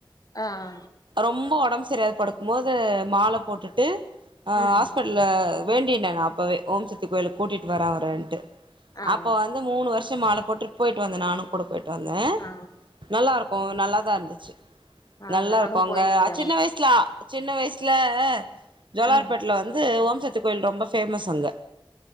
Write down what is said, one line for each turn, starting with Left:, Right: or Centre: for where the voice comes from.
Left: ஆ ஆ
Right: ரொம்ப ஒடம் செரியாது படுக்கும் போது மால போட்டுட்டு அ
Left: ம்
Right: ஆஸ் பிட்ல வேண்டினே அப்பவே ஓம் சக்தி கோயிலுக் கூட்டிட்டு வரே அவரன்டு
Left: ஆ
Right: அப்ப வந் து மூணு வருஷம் மால போட்டு போயிட்டு வந்தே நானு கூட போயிட்டு வந்தே
Left: ஆ
Right: நல்லாருக்கு
Left: ம்
Right: நல்லா தா இருந்துச்சு
Left: ஆ
Right: நல்லா
Left: நானு
Right: இருக்கோங்க
Left: போயிருக்கே
Right: அ சின்ன வயசுல சின்ன வயசுல ஜோலார்பேட்ல
Left: ம்
Right: வந்து ஓம்சத்தி கோயில் ரொம்ப ஃபேமஸ் அங்க